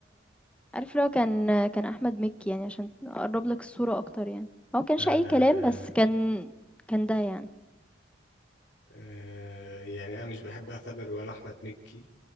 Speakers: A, in the centre; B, on the left.
A: عارف لو كان كان أحمد مكي يعني عشان أقرب لك الصورة أكتر يعني هو كانش
B: آه
A: أي كلام بس كان كان ده يعني
B: آه يعني أنا مش بحب أعتبر ولا أحمد مكي